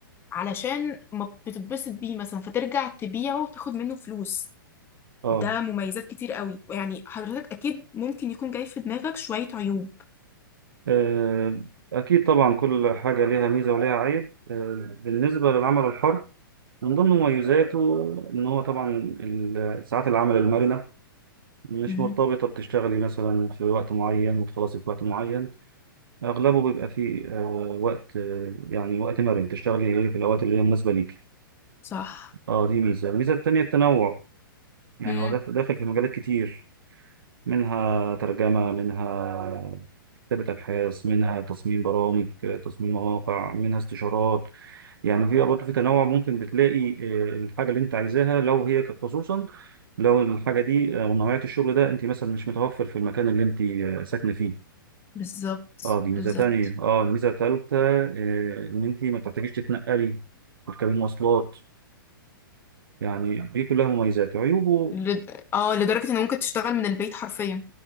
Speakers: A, on the left; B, on the right.
A: علشان ما بتتبسط بيه مثلا فترجع تبيعه وتاخد منه فلوس
B: اه
A: ده مميزات كتير قوي يعني حضرتك اكيد ممكن يكون جاي في دماغك شوية عيوب
B: آه، اكيد طبعا كل حاجة ليها ميزة وليها عيب آه، بالنسبة للعمل الحر من ضمن مميزاته ان هو طبعا ال- ساعات العمل المرنة مش
A: مم.
B: مرتبطة بتشتغلي مثلا في وقت معين وتخلصي في وقت معين أغلبه بيبقى فيه آه وقت آه يعني وقت مرن تشتغلي إيه في الأوقات اللي هي مناسبة ليكي
A: صح
B: أه دي ميزة الميزة التانية التنوع يعني
A: مم.
B: هو داخل داخل في مجالات كتير منها ترجمة منها كتابة أبحاث منها تصميم برامج آه، تصميم مواقع منها استشارات يعني في برضه في تنوع ممكن بتلاقي آه، الحاجة اللي أنت عايزاها لو هي خصوصا لو الحاجة دي آه، ونوعية الشغل ده أنت مثلا مش متوفر في المكان اللي أنت آه، ساكنة فيه
A: بالظبط
B: اه دي
A: بالظبط
B: ميزة تانية اه ميزة تالتة آه ان انت ما بتحتاجيش تتنقلي وتركبي مواصلات يعني دي كلها مميزات عيوبه
A: لد... اه لدرجة ان ممكن تشتغل من البيت حرفيا